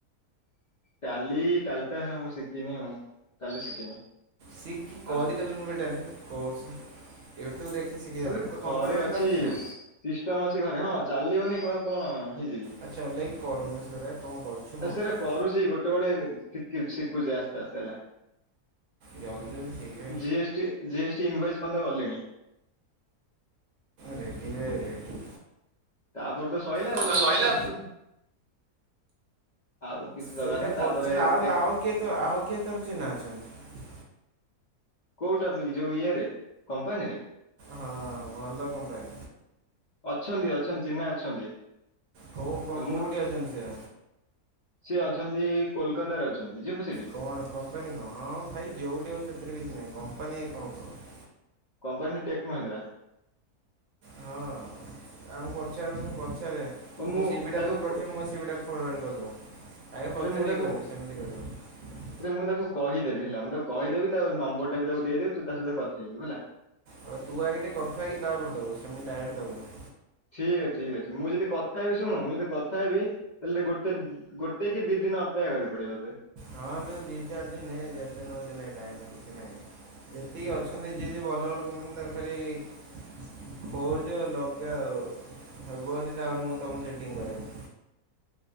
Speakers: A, on the left; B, on the right.
A: ଟାଲୀ ଟାଲୀ ଟା ହଁ ମୁଁ ଶିଖିନି ଆଉ ଟାଲୀ ଶିଖିନି।
B: ଶିଖିକୁ କରିଦେଲୁନି
A: ଆସୁ
B: ବେ ଟାଲି କୋର୍ସ। ୟୁଟ୍ୟୁବ ଦେଖି ଶିଖି ଜାଣ
A: ଆବେ ଘରେ
B: ତ କମ୍ପ୍ୟୁଟରଟା
A: ଅଛି
B: ଚାଲୁଛି ନା
A: ସିଷ୍ଟମ ଅଛି ଘର ହଁ ଚାଲିବନି କହ କଣ ହେଇଛି କି?
B: ଆଉ ଚଲେଇକି କରୁନୁ ସେଗୁରା କ'ଣ କରୁଛୁ କ'ଣ
A: ଆ ସେଇରା
B: ବେ
A: କରୁଛି ଗୋଟେ ଗୋଟେ ଶିଖି ଶିଖୁଛି ଆସ୍ତେ ଆସ୍ତେ ହେଲା।
B: ଜଲ୍ଦି ଜଲ୍ଦି ଶିଖ
A: ଜିଏସ୍ଟି ଜିଏସ୍ଟି ଇନଭେଷ୍ଟ ଏପର୍ଯ୍ୟନ୍ତ ଗଲିଣି।
B: ରେଡିରେ ରେଡ଼ି।
A: ତାପରେ ତ ସଇଲା
B: ତୋର
A: ଆଉ
B: ତ ସଇଲା।
A: ଓକେ। ଆଉ କିଛି ଦରକାର
B: ସେଇଟା
A: ନାହିଁ ତାପରେ
B: ପଚାର ଆଉ
A: ଦେଖ-
B: ଆଉ କିଏ ତ ଆଉ କିଏ ତୋର ଚିହ୍ନା ଅଛନ୍ତି।
A: କୋଉଟା ଯୋଉ ଇଏରେ କମ୍ପାନୀରେ
B: ହଁ ଭଲ କମ୍ପାନୀ
A: ଅଛନ୍ତି ଅଛନ୍ତି ଚିହ୍ନା ଅଛନ୍ତି।
B: କୋଉ କୋଉଠି
A: ଆଉ ମୁଁ
B: ଅଛନ୍ତି ସିଏ?
A: ସିଏ ଅଛନ୍ତି କୋଲକାତାରେ ଅଛନ୍ତି। ଯିବୁ ସେଠିକି
B: କଣ କମ୍ପାନୀ କଣ ହଁ ଭାଇ ଯୋଉଠି ଆଉ ସେଥିରେ କିଛି ନାହିଁ କମ୍ପ କମ୍ପାନୀ କଣ କହ?
A: Company take Mahindra.
B: ହଁ। ଆଉ ପଚାରନୁ ପଚାରେ
A: ଆଉ
B: ମୁଁ ସିିବି
A: ତାକୁ
B: ଟା ତତେ ପଠେଇବି
A: କ-
B: ମୋ ସିିବି ଟା ଫରୱାର୍ଡ କରିଦବ ଆଗେ ପଚାରିକି
A: ଆରେ ମୁଁ ତାକୁ
B: କରିବ ସେମିତି କରିବନି।
A: ରେ ମୁଁ ତାକୁ କହିଦେବି ହେଲା ମୁଁ ତାକୁ କହିଦେବି ତାପରେ ନମ୍ବର ଟା ବି ତାକୁ ଦେଇଦେବି ତୁ ତା ସହିତ କଥା ହେଇଯିବୁ ହେଲା।
B: ଆଉ ତୁ ଆଗେ ଟିକେ କଥା ହେଇ କି ତାପରେ ଦବୁ ସେମିତି ଡାଇରେକ୍ଟ ଦବୁନୁ।
A: ଠିକ ଅ ଠିକ ଅଛି ମୁଁ ଯଦି କଥା ହେବି ଶୁଣ ମୁଁ ଯଦି କଥା ହେବି ତାହେଲେ ଗୋଟେ ଗୋଟେ କି ଦି ଦିନ ଅପେକ୍ଷା କରିବାକୁ ପଡିବ ତତେ।
B: ହଁ ସେଇ ଦି ଚାରି ଦିନ ଯେତେ ନଉଚୁ ନେ ଟାଇମ୍ କିଛି ନାହିଁ ଯେତିକି ଅଛନ୍ତି ଯିଏ ଯୋଉ ଭଲ ଭଲ କମ୍ପାନୀ ତାଙ୍କୁ ଖାଲି ଖୋଜ ଲଗାଅ ହେବ ତାପରେ ମୁଁ ତମକୁ ସେଟିଂ କରବି